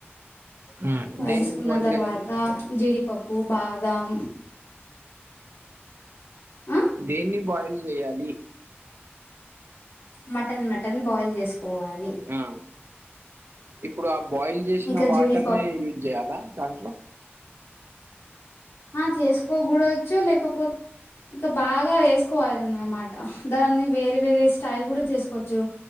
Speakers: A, on the right (about 60°); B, on the left (about 65°).
A: ఆ
B: వాల్
A: దేన్ని
B: చేసుకున్న
A: బాయిల్
B: తర్వాత
A: చేయాలి
B: జీడిపప్పు బాదం ఆ
A: దేన్ని బాయిల్ చేయాలి
B: మటన్ మటన్ బాయిల్ చేసుకోవాలి
A: ఆ ఇప్పుడు ఆ బాయిల్ చేసిన
B: ఇంకా
A: వాటర్నే
B: జీడిపప్పు
A: యూజ్ చేయాలా దాంట్లో
B: హా చేసుకోకూడవచ్చు లేకపోత్ ఇంకా బాగా వేసుకోవాలిని అనమాట దాన్ని వేరే వేరే స్టైల్ కూడా చేసుకోవచ్చు